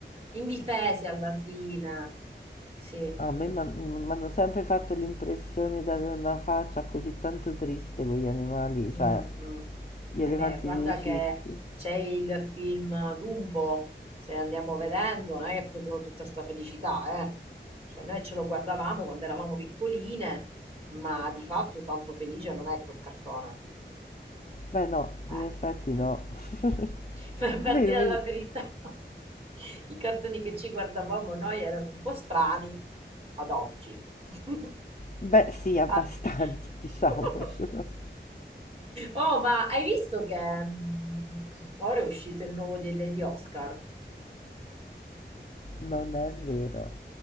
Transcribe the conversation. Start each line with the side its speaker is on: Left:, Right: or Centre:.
Right: indifesi alla fine. Sì.
Left: A
Right: mm.
Left: me m'han m'hanno sempre fatto l'impressione d'avere una faccia così tanto triste quegli animali,
Right: Mm,
Left: cioè
Right: mm.
Left: gli
Right: E
Left: elefanti
Right: beh, guarda
Left: dei circhi.
Right: che c'è il film Dumbo, se andiamo vedendo, non è che è proprio tutta sta felicità, eh. Cioè noi ce lo guardavamo quando eravamo piccoline, ma di fatto tanto felice non è quel cartone.
Left: Beh no,
Right: Eh.
Left: in effetti
Right: mm.
Left: no. <laughs>
Right: <laughs> Per per
Left: Vero,
Right: dire
Left: vedi?
Right: la verità, i cartoni che ci guardavamo noi erano un po' strani ad oggi. <laughs>
Left: Beh sì, abbastanza,
Right: Ah.
Left: <laughs> diciamocelo.
Right: <laughs> Oh, ma hai visto che mm, ora è uscito il nuovo di, di Oscar?
Left: Non è vero.